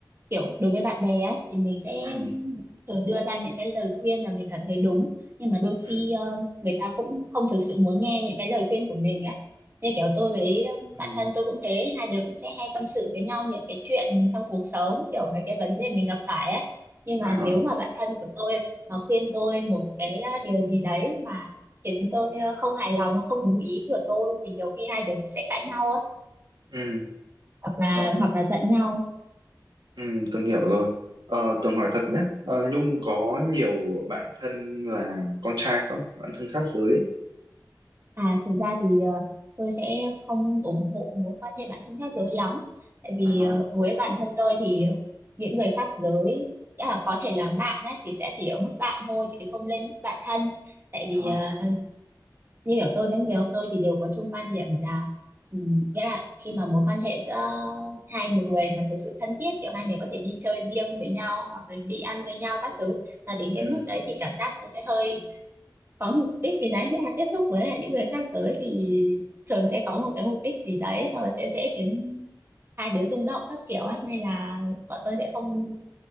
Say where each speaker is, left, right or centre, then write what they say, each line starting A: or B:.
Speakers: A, on the right; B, on the right.
A: kiểu đối với bạn bè á, thì mình sẽ
B: ừ,
A: thường đưa ra những cái lời khuyên mà mình cảm thấy đúng nhưng mà đôi khi
B: ừ,
A: ờ, người ta cũng không thực sự muốn nghe những cái lời khuyên của mình á nên kiểu tôi với ờ, bạn
B: ừ.
A: thân tôi cũng thế hai đứa cũng sẽ hay tâm sự với nhau những cái chuyện trong cuộc sống kiểu mấy cái vấn đề mình gặp phải á nhưng
B: À,
A: mà nếu mà bạn thân của tôi mà khuyên tôi một cái ờ, điều gì đấy mà khiến tôi ờ, không hài lòng không đúng ý của tôi thì nhiều khi hai đứa cũng sẽ cãi nhau á
B: Ừ,
A: hoặc là
B: ờ,
A: hoặc là giận nhau
B: ừ, Tường hiểu rồi. Ờ, Tường hỏi thật nhé, ờ, Nhung có nhiều bạn thân là con trai không? Bạn thân khác giới ấy.
A: À, thực ra thì ờ, tôi sẽ không ủng hộ mối quan hệ bạn thân khác giới lắm. Tại vì
B: Ờ,
A: ờ, với bản thân tôi thì những người khác giới nghĩa là có thể là bạn đấy thì sẽ chỉ ở mức bạn thôi chứ không lên mức bạn thân. Tại
B: ờ,
A: vì ờ, như hiểu tôi với người yêu tôi thì đều có chung quan điểm là ừm, nghĩa là khi mà mối quan hệ giữa hai người mà thực sự thân thiết kiểu hai người có thể đi chơi riêng với nhau hoặc là đi ăn với nhau các thứ là đến cái
B: ừ,
A: mức đấy thì cảm giác nó sẽ hơi có mục đích gì đấy nghĩa là tiếp xúc với lại những người khác giới thì thường sẽ có một cái mục đích gì đấy xong rồi sẽ dễ khiến hai đứa rung động các kiểu ấy nên là bọn tôi sẽ không